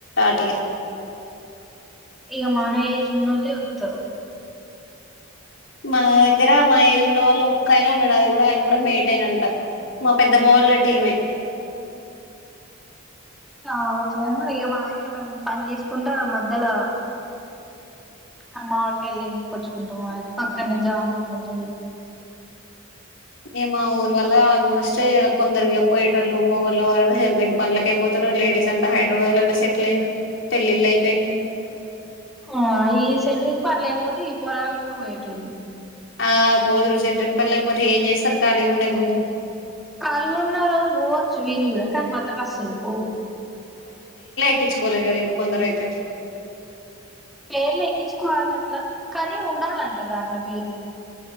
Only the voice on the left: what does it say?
<unintelligible>
మా దగ్గర మా ఏజ్ ఉన్న వాళ్ళు ఒక్క అయనే ఉన్నాడు అది కూడా ఆయన కూడా మేటే నంట మా పెద్దమ్మ వాళ్ల టీమే
నిమ ఊరు వల్ ఆల్మోస్టె కొందరిగ పోయేటోళ్లు, మోగోళ వరకు సెంట్రింగ్ పన్లాకే పోతర్ రూ. లేడీస్ అంతా హైద్రాబాద్ లల్ల సెట్లయిరు. పెళ్ళిళ్ళ అయిపోయినాయ్.
ఆ పోదురుు సెంట్రింగ్ పని లేకపోతే ఏం చేస్తారు. ఖాళీగా ఉండే బోయిలు
క్కిచుకోలే ఇంక కొందరు అయితే.